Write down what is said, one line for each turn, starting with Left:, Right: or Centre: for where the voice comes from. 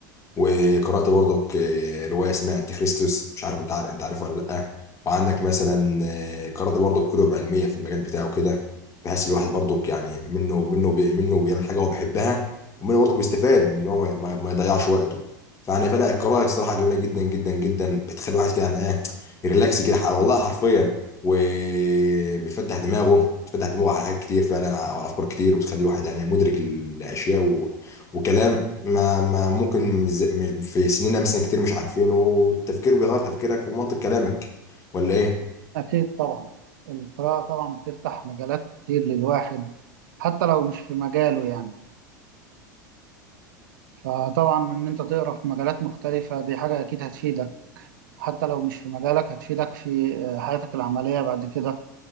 Left: وقرأت برضك آه، رواية اسمها أنتي خريستوس مش عارف أنت عارف أنت عارفها ولا لأ وعندك مثلا آه، قرأت برضك كتب علمية في المجال بتاعه كده بحيث الواحد برضك يعني منه منه بي منه بيعمل حاجة هو بيحبها ومنه برضك بيستفاد من إن هو ما, ما ما يضيعش وقته فأنا فأنا القراءة الصراحة جميلة جدا جدا جدا بتخلي الواحد كده يعني إيه ريلاكس كده حر- والله حرفيا وبتفتح دماغه بتفتح دماغه على حاجات كتير فعلا على أفكار كتير وتخلي الواحد يعني مدرك الأشياء وكلام ما, ما ممكن مز- م- في سننا مثلا كتير مش عارفينه والتفكير بيغير تفكيرك ومنطق كلامك ولا ايه؟
Right: أكيد طبعا القراءة طبعا بتفتح مجالات كتير للواحد حتى لو مش في مجاله يعني فطبعا إن أنت تقرأ في مجالات مختلفة دي حاجة أكيد هتفيدك حتى لو مش في مجالك هتفيدك في آه، حياتك العملية بعد كده